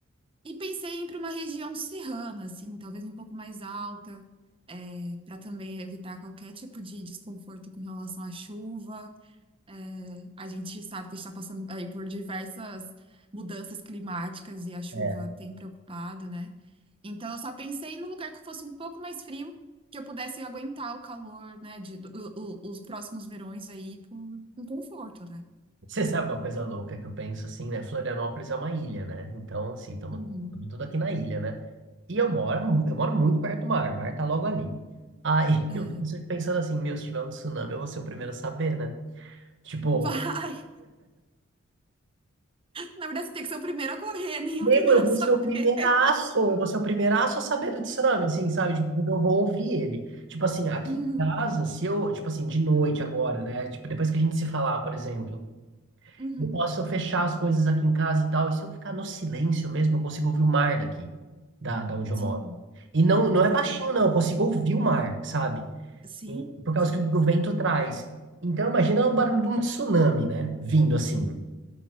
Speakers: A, on the right (about 25°); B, on the right (about 60°).
A: E pensei em ir para uma região serrana, assim, talvez um pouco mais alta, para também evitar qualquer tipo de desconforto com relação à chuva. É, a gente sabe que a gente está passando aí por diversas mudanças climáticas e a chuva
B: É.
A: tem preocupado, né? Então, eu só pensei num lugar que fosse um pouco mais frio, que eu pudesse aguentar o calor, né, de, do- o- os próximos verões aí por, com conforto, né?
B: Você sabe uma coisa louca que eu penso assim, né? Florianópolis é uma ilha, né? Então, assim, estamos
A: Uhum,
B: tudo aqui na ilha, né? E eu moro, mu- eu moro muito perto do mar, o mar tá logo ali. Aí
A: aham.
B: <laughs> eu fico sempre pensando assim, meu, se tiver um tsunami, eu vou ser o primeiro a saber, né? Tipo,
A: <laughs> Vai! Na verdade, você tem que ser o primeiro a correr, <laughs> nem
B: meu,
A: o primeiro
B: eu vou
A: a saber.
B: ser o primeiraço,
A: <laughs>
B: eu vou ser o primeiraço a saber do tsunami, assim, sabe? Tipo, eu vou ouvir ele. Tipo assim, aqui
A: Uhum,
B: em casa, se eu, tipo assim, de noite agora, né? Tipo, depois que a gente se falar, por exemplo.
A: uhum.
B: Eu posso fechar as coisas aqui em casa e tal. E se eu ficar no silêncio mesmo, eu consigo ouvir o mar daqui, da, da onde eu
A: Sim,
B: moro. E não, não
A: sim,
B: é baixinho, não. Eu consigo ouvir o mar, sabe?
A: sim,
B: E por causa
A: sim.
B: do que o vento traz. Então, imagina o barulho de um tsunami, né? Vindo assim.